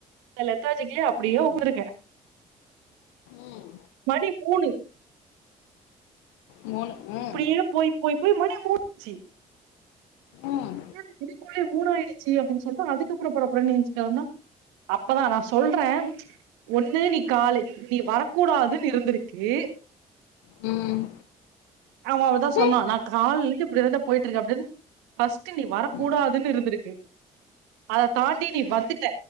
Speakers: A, on the right; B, on the left.
A: லத்தாஜிக்கலி அப்டியே
B: ம்
A: உக்காருக்கே
B: ம்
A: மணி மூணு
B: மூணு ம்
A: இப்டியே போய் போய் போய் மணி மூணாச்சி
B: ம்
A: ன்னாடி இதுக்குள்ளே மூணாயிடுச்சு அப்டின்னு சொல்ட்டு அதுக்கப்புற படபடனு ஏஞ்சி கெளம்புனா அப்பதா நா சொல்றே ஒன்னு நீ காலை நீ வரக்கூடாதுன்னு இருந்திருக்கு
B: ம்
A: ஆமா அவதா
B: ம்
A: சொன்னா நா கால்லந்து இப்டிதாண்டா போயிட்டு இருக்கே அப்டின் ஃபஸ்ட்டு நீ வரக்கூடாதுன்னு
B: ம்
A: இருந்திருக்கு அத தாண்டி நீ வந்துட்ட